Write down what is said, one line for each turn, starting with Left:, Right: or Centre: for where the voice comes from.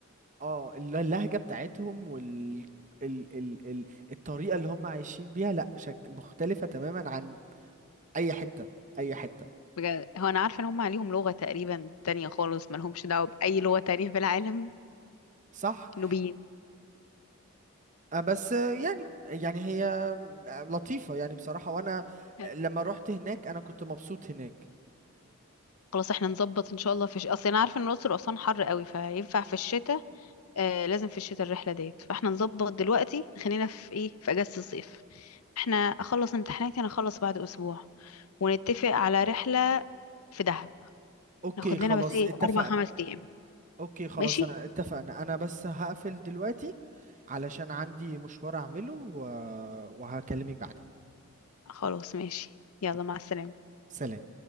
Right: اه الل- اللهجة بتاعتهم وال ال... ال... ال... الطريقة اللي هم عايشين بيها لا شك مختلفة تماما عن أي حتة أي حتة
Left: بجد هو انا عارفة ان هم عليهم لغة تقريبا تانية خالص ما لهمش دعوة بأي لغة تانية في العالم
Right: صح
Left: النوبيين
Right: آه، بس آه، يعني يعني هي آه، لطيفة يعني بصراحة وأنا
Left: حلو.
Right: لما روحت هناك أنا كنت مبسوط هناك
Left: خلاص احنا نظبط ان شاء الله في ش... اصل انا عارفة ان الاقصر واسوان حر قوي فينفع في الشتاء آه لازم في الشتاء الرحلة ديت فاحنا نظبط دلوقتي خلينا في ايه في اجازة الصيف احنا اخلص امتحاناتي انا اخلص بعد اسبوع ونتفق على رحلة في دهب
Right: أوكي
Left: ناخد
Right: خلاص
Left: لنا بس ايه
Right: اتفقنا
Left: اربع خمس ايام
Right: أوكي خلاص
Left: ماشي
Right: أنا اتفقنا أنا بس هقفل دلوقتي علشان عندي مشوار أعمله و... وهكلمك بعدين
Left: خلاص ماشي يلا
Right: أوه.
Left: مع السلامة
Right: سلام